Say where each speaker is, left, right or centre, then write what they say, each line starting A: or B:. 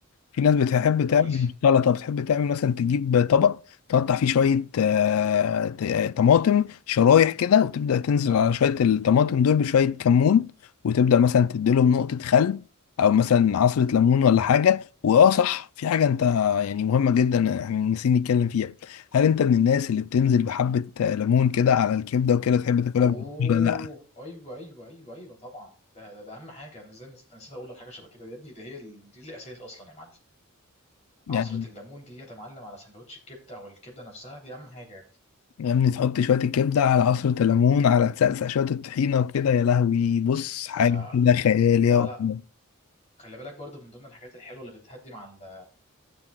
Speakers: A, on the left; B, on the left.
A: في ناس بتحب تعمل
B: قول لي
A: مش سلطة بتحب تعمل مثلا تجيب طبق تقطع فيه شوية آه، ت- آه، طماطم شرايح كده وتبدأ تنزل على شوية الطماطم دول بشوية كمون وتبدأ مثلا تديلهم نقطة خل أو مثلا عصرة ليمون ولا حاجة وآه صح في حاجة أنت يعني مهمة جدا احنا نسينا نتكلم فيها هل أنت من الناس اللي بتنزل بحبة آه، ليمون كده على الكبدة وكده تحب تاكلها
B: اوه
A: بالليمون ولا لأ؟
B: ايوه ايوه ايوه ايوه طبعا ده ده, ده اهم حاجه انا ازاي نس- انا نسيت اقول لك حاجه شبه كده يا ابني ده هي ال- دي الاساس اصلا يا معلم عصره
A: يعني
B: الليمون دي يا معلم على سندوتش الكبده او الكبده نفسها دي اهم حاجه يا ابني
A: يا ابني تحط شوية الكبدة على عصرة الليمون على تسقسق شوية الطحينة وكده يا لهوي بص حاجة
B: آه
A: كده خيال
B: لا
A: يا
B: لا
A: الله
B: خلي بالك برضو من ضمن الحاجات الحلوه اللي بتهدي مع ال-